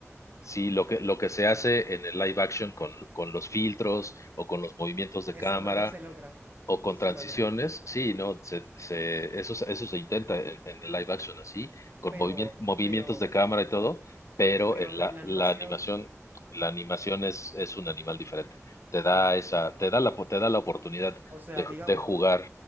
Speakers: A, on the left (about 75°); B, on the right (about 40°).
A: Sí, lo que, lo que se hace en el live action con, con los filtros o con los movimientos de
B: Eso
A: cámara
B: no, no se logra,
A: o con
B: no se
A: transiciones,
B: logra.
A: sí, no, se, se- eso, se- eso se intenta en, en el live action así, con
B: Pero,
A: movimien- movimientos
B: pero,
A: de cámara
B: sí,
A: y todo,
B: sí.
A: pero
B: Pero
A: en la,
B: en la animación.
A: la animación, la animación es, es un animal diferente. Te da
B: Sí, sí,
A: esa,
B: o sea,
A: te da la, po- te da la oportunidad
B: o sea,
A: de,
B: digamos,
A: de jugar,